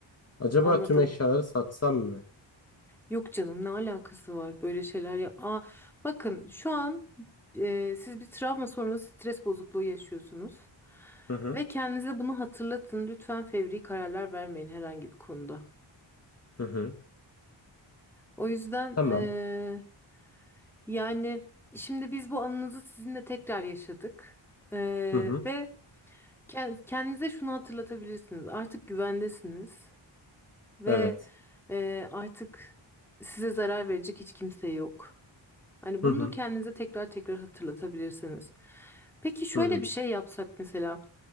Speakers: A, on the left (about 30°); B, in the centre.
A: Acaba
B: anladım.
A: tüm eşyaları satsam mı?
B: Yok canım ne alakası var böyle şeyler ya. Aa, bakın şu an e, siz bir travma sonrası stres bozukluğu yaşıyorsunuz.
A: Hı hı
B: Ve kendinize bunu hatırlatın. Lütfen fevri kararlar vermeyin herhangi bir konuda.
A: hı hı.
B: O yüzden
A: Tamam.
B: e, yani şimdi biz bu anınızı sizinle tekrar yaşadık. E,
A: Hı hı.
B: ve ke- kendinize şunu hatırlatabilirsiniz. Artık güvendesiniz ve
A: Evet.
B: e, artık size zarar verecek hiç kimse yok. Hani
A: Hı
B: bunu
A: hı
B: kendinize tekrar tekrar hatırlatabilirsiniz. Peki şöyle
A: hı hı.
B: bir şey yapsak mesela.